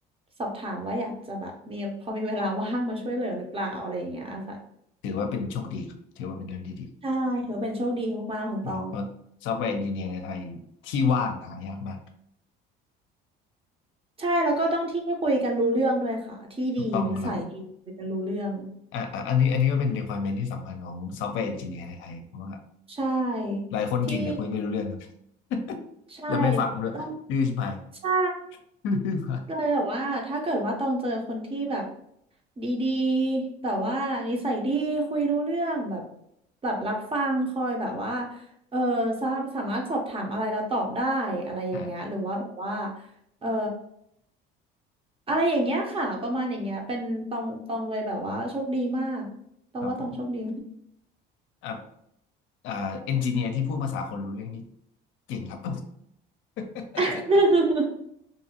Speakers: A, on the right; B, on the left.
A: สอบถามว่าอยากจะแบบมีพอมีเวลาว่างมาช่วยเหลือหรือเปล่าอะไรอย่างเงี้ยค่ะ
B: ถือว่าเป็นโชคดีครับถือว่าเป็นเรื่องที่ดี
A: ใช่ถือว่าเป็นโชคดีมากๆของตอง
B: นะเพราะซอฟต์แวร์เอนจิเนียร์ในไทยที่ว่างหายากมาก
A: ใช่แล้วก็ต้องที่คุยกันรู้เรื่องด้วยค่ะที่ดีนิสัยดีคุยกันรู้เรื่อง
B: ถูกต้องครับอ่ะอ่ะอันนี้อันนี้ก็เป็น requirement ที่สำคัญของซอฟต์แวร์เอนจิเนียร์ในไทยเพราะว่า
A: ใช่
B: หลายคนเก่งแต่คุยไม่รู้เรื่องครับ
A: ที่
B: <laughs>
A: ใช่
B: แล้วไม่ฟังด้วยดื้อชิบหาย
A: ต้องใช่
B: <laughs> ดื้อชิบหาย
A: เลยแบบว่าถ้าเกิดว่าต้องเจอคนที่แบบดีๆแบบว่านิสัยดีคุยรู้เรื่องแบบแบบรับฟังคอยแบบว่าเออสาสามารถสอบถามอะไรแล้วตอบได้อะไรอย่างเงี้ยหรือว่าแบบว่า
B: อ่ะ
A: เอออะไรอย่างเงี้ยค่ะประมาณอย่างเงี้ยเป็นตองตองเลยแบบว่าโชคดีมากต้องว่าตองโชคดี
B: ครับผมอ่ะอ่าเอนจิเนียร์ที่พูดภาษาคนรู้เรื่องนี่เก่งครับ <laughs>
A: <laughs>